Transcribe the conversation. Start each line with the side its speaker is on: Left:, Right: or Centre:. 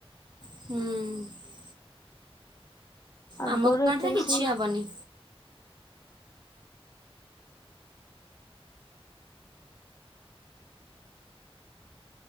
Right: ହୁଁ
Left: ଆଗରୁ
Right: ଆମ ଗାଁରେ
Left: ଏତେ ବେଶୀ
Right: କିଛି ହେବନି